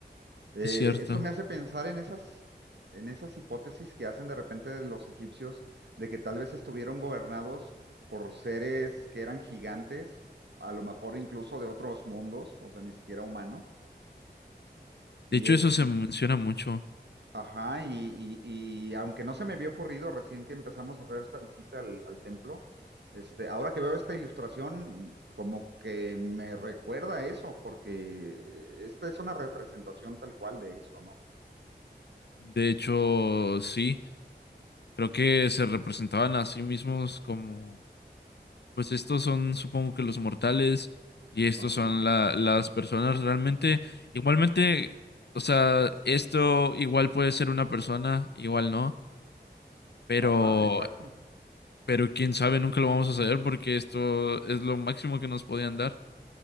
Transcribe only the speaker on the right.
Eh,
esto me hace pensar en esas, en esas hipótesis que hacen de repente de los egipcios de que tal vez estuvieron gobernados por seres que eran gigantes, a lo mejor incluso de otros mundos, o sea, ni siquiera humanos.
Y,
es-
y
Ajá, y, y- y aunque no se me había ocurrido recién que empezamos a hacer esta visita al, al templo, este, ahora que veo esta ilustración, como que me recuerda a eso, porque esta es una representación tal cual de eso, ¿no?
Ajá,
ajá, exacto.